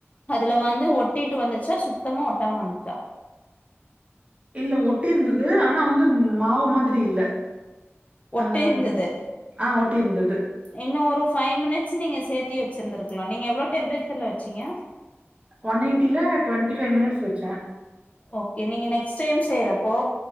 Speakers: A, on the left; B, on the right.
A: அதுல வந்து ஒட்டிட்டு வந்துச்சா சுத்தமா ஒ கட்டம் வந்துச்சா
B: இல்ல ஒட்டி இருந்தது ஆனா வந்து மாவு மா ரி இல்ல
A: ஒட்டு
B: அம்
A: இருந்தது
B: ஆ ஒட்டியிருந்தது.
A: இன்னு ஒரு ஃபைவ் மினிட்ஸ் நீங்க சேர்த்தி வச்சிருருக்கலா நீ எவ்வளோ டெம்பரேச்சர்ல் வச்சீங்க
B: ஒன் எய்ட்டில டுவெண்ட்டி பைவ் மினிட்ஸ் வச்சே
A: ஓகே நீங்க நெக்ஸ்ட் டைம் செய்யறப்போ